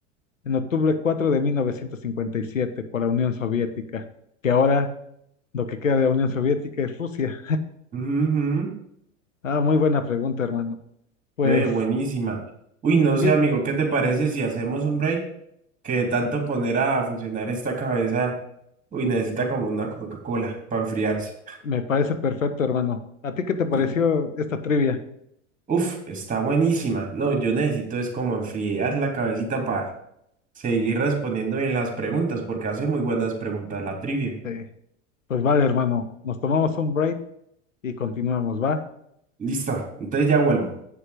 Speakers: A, on the left; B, on the right.
A: en octubre 4 de 1957 por la Unión Soviética, que ahora lo que queda de la Unión Soviética es Rusia.
B: Ujú.
A: Ah, muy buena pregunta, hermano. Pues,
B: Ve, buenísima. Uy, no sé,
A: ¿qué?
B: amigo, ¿qué te parece si hacemos un break? Que de tanto poner a funcionar esta cabeza, uy, necesita como una Coca-Cola para enfriarse.
A: Me parece perfecto, hermano. ¿A ti qué te pareció
B: Y,
A: esta trivia?
B: uf, está buenísima. No, yo necesito es como enfriar la cabecita para seguir respondiendo bien las preguntas, porque hace muy buenas preguntas la trivia.
A: Eh, pues vale, hermano. Nos tomamos un break. y continuamos, ¿va?
B: Listo, entonces ya vuelvo.